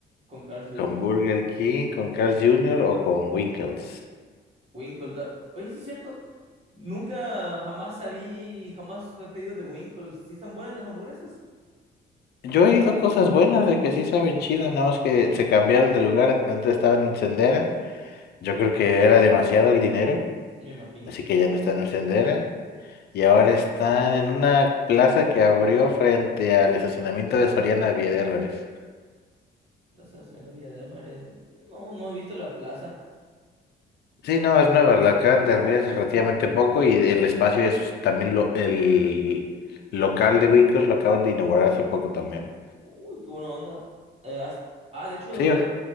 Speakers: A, on the right; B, on the left.
A: con Carl Junior
B: ¿Con Burger King, con Carl's Jr. o con Winkles?
A: Winkle. da- Oye, sí es cierto. Nunca jamás sabí, jamás he pedido de Winkle. Si están buenas las hamburguesas?
B: Yo he ido cosas buenas de que sí saben chido, nada más que se cambiaron de lugar. Antes estaban en Sendera. Yo creo que era demasiado el dinero,
A: Me imagino.
B: así que ya no están en Sendera. Y ahora están en una plaza que abrió frente al estacionamiento de Soriana Vía de Álvarez.
A: Plaza la Villa de Álvarez. No, no no he visto la plaza.
B: Sí, no, es nueva, la acaban de abrir hace relativamente poco y el espacio es también lo- el local de Winkles lo acaban de inaugurar hace poco también.
A: Uy, qué buena onda. Eh, has- ah, de hecho,
B: Sí,